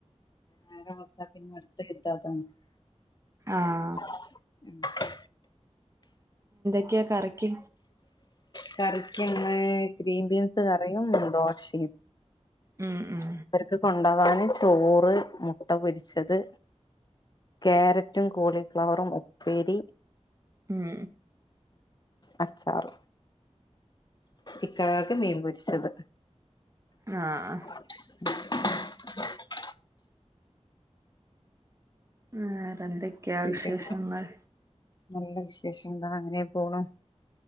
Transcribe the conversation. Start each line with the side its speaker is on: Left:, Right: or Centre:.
Left: നേരം വെളുത്ത പിന്നെ <unintelligible>
Right: ആഹ്
Left: <unintelligible>
Right: ക്ക കറിക്ക്
Left: കറിക്കിന്ന് ഗ്രീൻ ബീൻസ് കറിയും ദോശയും.
Right: ഉം ഉം
Left: അവർക്ക് കൊണ്ടവാന് ചോറ് മുട്ട പൊരിച്ചത്. കാരറ്റും കോളിഫ്ലവറും ഉപ്പേരി
Right: ഉം
Left: അച്ചാറ്. ഇക്കാക്ക് മീൻപൊരിച്ചത്.
Right: ആഹ്
Left: <inaudible>
Right: വേറെ എന്തൊക്കെയാ
Left: പിന്നെ
Right: വിശേഷങ്ങൾ?
Left: നല്ല വിശേഷം താ അങ്ങനെ പോണു.